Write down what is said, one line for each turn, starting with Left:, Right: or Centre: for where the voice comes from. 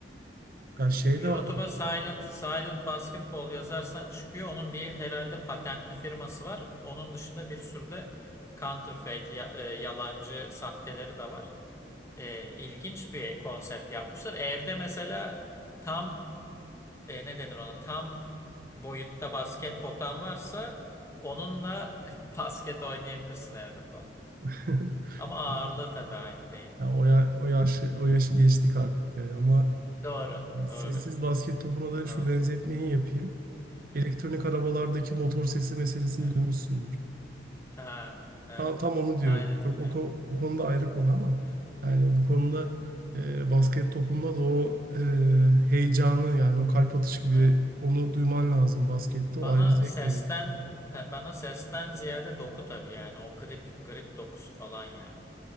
Right: ya şey
Left: YouTube'a
Right: de var ama
Left: Silent Silent basketball yazarsan çıkıyor. Onun bir herhalde patentli firması var. Onun dışında bir sürü de counterfeit, ya- e, yalancı sahteleri de var. E, ilginç bir konsept yapmışlar. Evde mesela tam e, ne denir ona tam boyutta basket potan varsa onunla <laughs> basket oynayabilirsin evde falan.
Right: <laughs>
Left: Ama ağırlığı
Right: artık
Left: tabii aynı değil.
Right: ya o, ya, o yaşı o yaşı geçtik artık ya ama
Left: Doğru, doğru,
Right: Sessiz basket topuna da
Left: doğru.
Right: şu benzetmeyi yapayım. Elektronik
Left: Evet,
Right: arabalardaki motor sesi meselesini
Left: evet.
Right: duymuşsundur.
Left: Ha, evet,
Right: Tam, tam onu diyorum.
Left: aynen,
Right: Çok o,
Left: evet,
Right: ko- bu konuda ayrı konu ama
Left: evet,
Right: yani bu konuda e, basket topunda da o e, heyecanı yani o kalp atış gibi
Left: evet.
Right: onu duyman lazım baskette.
Left: Bana
Right: O ayrı zevk
Left: sesten
Right: veriyor.
Left: pe- bana sesten ziyade doku tabii yani o grip grip dokusu falan yani.